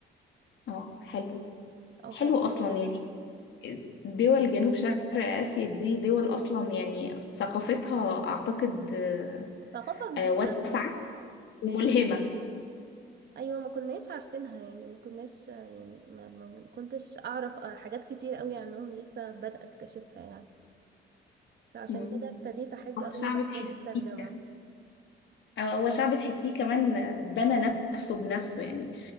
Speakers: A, on the left (about 70°); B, on the right (about 55°).
A: اه حلو
B: او
A: حلو
B: فعشان
A: اصلا
B: كده
A: يعني دول جنوب شرق اسيا دي دول اصلا يعني ثقافتها اعتقد آه،
B: ثقافه
A: آه،
B: جديده
A: واسعه وملهمه
B: ايوه ما كناش عارفينها يعني ما كناش يعني ما, ما كنتش اعرف آه، حاجات كتير قوي عنهم لسه بادئه اكتشفها يعني فعشان
A: مم.
B: كده ابتديت احب
A: هو
B: قوي
A: شعب
B: مجال
A: تحسيه
B: الترجمه
A: آه، هو شعب تحسيه كمان بنى نفسه بنفسه يعني